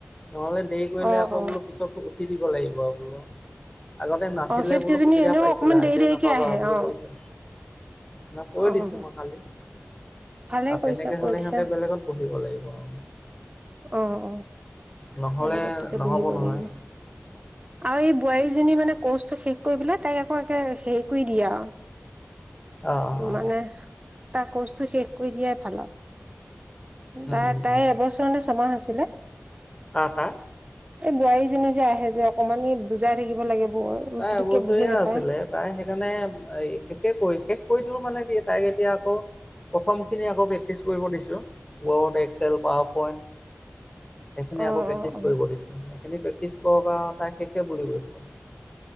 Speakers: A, on the left; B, on the right.
A: নহ'লে দেৰি কৰিলে
B: অ
A: আকৌ
B: অ
A: বোলো পিছত উঠি দিব লাগিব আৰু বোলো আগতে নাছিলে
B: অ সিহঁত কেইজনী
A: বোলো সুবিধা
B: এনেও
A: পাইছিলা
B: অকমান দেৰি
A: এতিয়া
B: দেৰিকে
A: নাপাবা
B: আহে
A: বুলি
B: অ
A: কৈছো কৈ
B: অ',
A: দিছো মই কালি
B: ভালে
A: আৰু
B: কৰিছা
A: তেনেকে
B: কৈ
A: হ'লে
B: দিছা
A: সিহঁতে বেলেগত বহিব লাগিব আৰু
B: অ অ
A: নহ'লে
B: বেলেগত তেতিয়া
A: নহ'ব
B: বহিব
A: নহয়
B: লাগিব আৰু এই বোৱাৰীজনী মানে কৰ্চটো শেষ কৰি পেলাই তাইক আকৌ একে হেৰি কৰি দিয়া আৰু
A: অ অ
B: মানে তাৰ কৰ্চটো শেষ কৰি দিয়াই ভাল আৰু
A: উম
B: তাই
A: উম
B: তাইৰ
A: উম
B: এবছৰ নে ছমাহ আছিলে
A: কাৰ কাৰ
B: এই বোৱাৰীজনী যে আহে যে অকমান বুজাই থাকিব লাগে বৰ
A: তাই
B: পুতুককে
A: এবছৰীয়া
B: বুজি নাপায়
A: আছিলে তাই সেইকাৰণে শেষে কৰি শেষ কৰি দিও মানে কি তাইক এতিয়া আকৌ প্ৰথমখিনি আকৌ প্ৰেক্টিচ কৰিব দিছোঁ ৱৰ্ড এক্সেল পাৱাৰ পইণ্ট সেইখিনি
B: অ',
A: আকৌ প্ৰেক্টিছ
B: অ', অ',
A: কৰিব দিছোঁ সেইখিনি প্ৰেক্টিছ কৰক আৰু তাইৰ শেষে বুলি কৈছোঁ